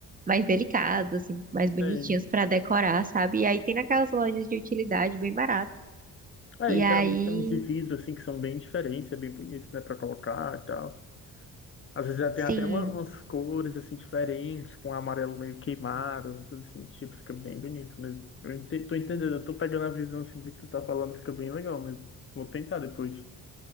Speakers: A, on the right (about 20°); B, on the left (about 35°).
A: mais delicados, assim, mais bonitinhos
B: Sei.
A: pra decorar, sabe? E aí tem naquelas lojas de utilidade bem barato.
B: É,
A: E
B: e
A: aí,
B: geralmente tem uns de vidro, assim, que são bem diferentes, é bem bonito, né, pra colocar e tal. Às vezes já tem
A: sim,
B: até uma- umas cores assim diferentes, com um amarelo meio queimado, uma coisa assim, tipo, fica bem bonito mesmo. Eu ente- tô entendendo, eu tô pegando a visão assim do que tu tá falando, fica bem legal mesmo. Vou tentar depois.